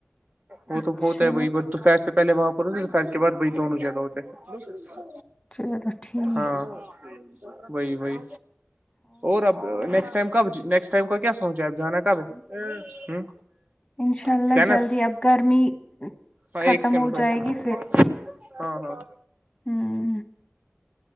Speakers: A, on the right (about 35°); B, on the left (about 20°).
A: وہ
B: اچھا
A: تو ہوتا ہے وہی ب دوپہر سے پہلے وہاں پر ہوتے دوپہر کے بعد وہی دونوں جگہ ہوتے ہے
B: چلو ٹھیک
A: ہاں وہی وہی اور اب نیکسٹ ٹائم کب نسٹ ٹائم کا کیا سوچ ہے اب جانا کب ہے ہ
B: انشاء اللہ
A: اسکینر
B: جلدی اب گرمی
A: ہاں
B: ختم
A: ایک سیکڈ
B: ہو
A: پس
B: جائے
A: ہاں
B: گی
A: ہاں
B: ہاں